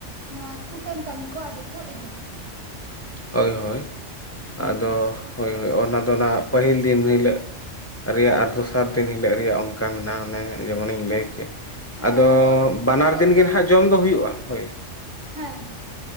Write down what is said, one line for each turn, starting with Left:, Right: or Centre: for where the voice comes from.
Right: ᱱᱚᱣᱟ ᱠᱩᱴᱟᱹᱢ ᱠᱟᱹᱢᱤ ᱠᱚ ᱟᱫᱚ ᱠᱚ ᱮᱦᱚᱵᱟ
Left: ᱦᱳᱭ ᱦᱳᱭ ᱟᱫᱚ
Right: ᱦᱮᱸ
Left: ᱦᱳᱭ ᱚᱱᱟ ᱫᱚ ᱱᱟᱜ ᱯᱟᱹᱦᱤᱞ ᱫᱤᱱ ᱦᱤᱞᱳᱜ ᱨᱮᱭᱟᱜ ᱟᱨ ᱫᱚᱥᱟᱨ ᱫᱤᱱ ᱦᱤᱞᱳᱜ ᱨᱮᱭᱟᱜ ᱚᱝᱠᱟ ᱢᱮᱱᱟᱜᱼᱟ ᱚᱱᱮ ᱡᱮᱢᱚᱱᱤᱧ ᱞᱟᱹᱭ ᱠᱮᱜ
Right: ᱦᱮᱸ
Left: ᱟᱫᱚ ᱵᱟᱱᱟᱨ
Right: ᱠᱩᱴᱟᱹᱢ
Left: ᱫᱤᱱ ᱜᱮ
Right: ᱫᱚ
Left: ᱦᱟᱸᱜ ᱡᱚᱢ ᱫᱚ ᱦᱩᱭᱩᱜᱼᱟ ᱦᱳᱭ
Right: ᱦᱮᱸ ᱦᱮᱸ